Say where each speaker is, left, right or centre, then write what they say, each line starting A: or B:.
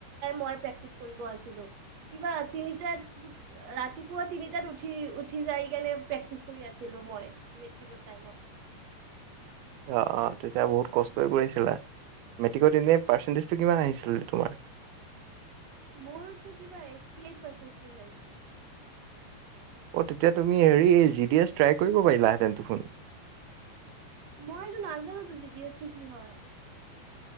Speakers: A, on the right (about 50°); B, on the right (about 75°).
A: মই প্ৰেকটিচ কৰিব আছিলোঁ। কিবা তিনিটা ৰাতিপুৱা পুৱা তিনিটাত উঠি উঠি যাই কেনে প্ৰেক্টিচ কৰি আছিলোঁ মই মেট্ৰিকৰ টাইমত। <unintelligible>
B: অ অ তেতিয়া বহুত কষ্টই কৰিছিলা। মেট্ৰিকত এনেই পাৰ্চেন্টেজ টো কিমান আহিছিলে তোমাৰ?
A: মোৰত কিবা এইটি এইট পাৰ্চেন্টেজ আহিছে।
B: অ তেতিয়া তুমি হেৰি এই জি ডি এছ ট্ৰাই কৰিব পাৰিলাহেঁতেন দেখোন।
A: মই এইটো নাজানো তো জি ডি এছটো কি হয়?